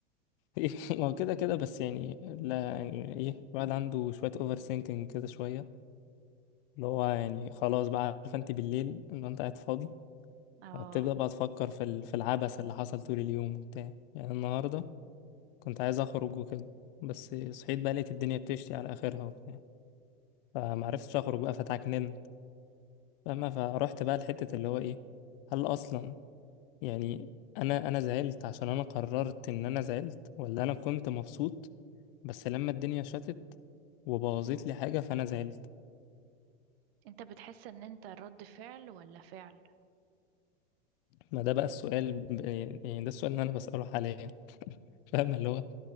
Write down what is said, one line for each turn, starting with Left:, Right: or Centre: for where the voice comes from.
Left: <laughs> ما هو كده كده بس يعني لا يعني ايه الواحد عنده شويه اوفر سينكينج كده شويه اللي هو يعني خلاص بقى عارفه انت بالليل لو انت قاعد فاضي
Right: اه
Left: بتبدا بقى تفكر في ال- في العبث اللي حصل طول اليوم وبتاع يعني النهارده كنت عايز اخرج وكده بس صحيت بقى لقيت الدنيا بتشتي على اخرها وبتاع فمعرفتش اخرج بقى فتعكننت فاهمه فروحت بقى لحته اللي هو ايه هل اصلا يعني انا انا زعلت عشان انا قررت ان انا زعلت ولا انا كنت مبسوط بس لما الدنيا شتت وبوظت لي حاجة فانا زعلت
Right: انت بتحس ان انت رد فعل ولا فعل
Left: ما ده بقى السؤال ب- يعني ده السؤال اللي انا بسأله حاليا <laughs> فاهم اللي هو